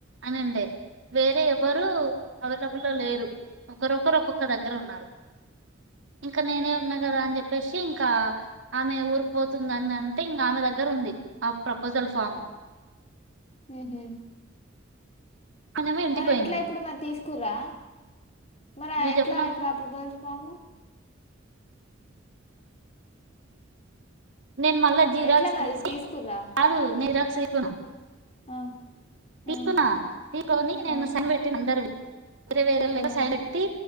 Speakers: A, on the right; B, on the left.
A: అనిండే వేరే ఎవ్వరుూ అవైలబుల్లో లేరు ఒకరొకరు ఒక్కొక్కరు దగ్గర ఉన్నారు ఇంక నేనే ఉన్నా కదా అని చెప్పేసి ఇంకా ఆమె ఊరికుపోతుందని అంటే ఇంకా ఆమె దగ్గర ఉంది ఆ ప్రపోజల్ ఫాము
B: హ
A: ఆమెనేమో ఇంటికి
B: మరి
A: పోయింది
B: ఎట్లా ఇప్పుడు మరి తీసుకురా మరి
A: నువ్వు
B: ఎట్లా
A: చెప్పినావు
B: ఇప్పుడు ఆ ప్రభో స్వాము
A: నేను మళ్ళా జీరాక్స్
B: ఎట్లా మరి
A: తీసి
B: తీసుకుర్రా
A: కాదు నీరాక్ రక్షికను
B: ఆ
A: తీకునా
B: ఆ,
A: తీకొని నేను
B: ఆ,
A: సనిపెట్టి అందరు వేరే వేర
B: ఆ,
A: సై పెట్టి